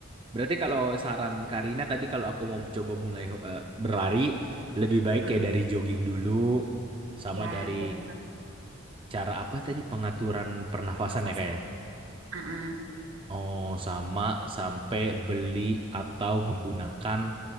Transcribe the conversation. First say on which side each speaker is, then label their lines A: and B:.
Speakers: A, on the right (about 25°); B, on the right (about 75°).
A: Berarti kalau saran Karina tadi kalau aku mau coba mulai eh, berlari lebih baik
B: heeh.
A: kayak dari jogging dulu sama
B: Ya,
A: dari
B: jalan santai,
A: cara apa tadi pengaturan pernafasan
B: pernafasan.
A: ya kayak.
B: Heeh,
A: Oh, sama sampai beli atau menggunakan